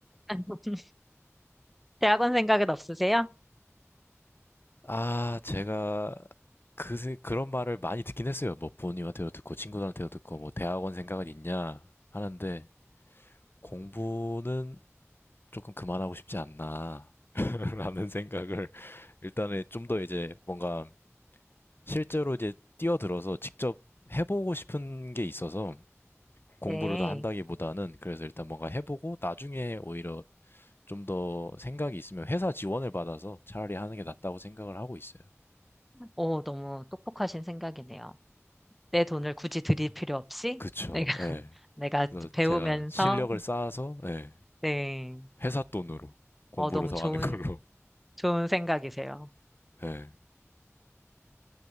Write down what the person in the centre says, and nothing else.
<laughs> 대학원 생각은 없으세요?
네.
오, 너무 똑똑하신 생각이네요. 내 돈을 굳이 드릴 필요 없이
내가 <laughs>
내가
배우면서
네.
어, 너무
좋은
좋은 생각이세요.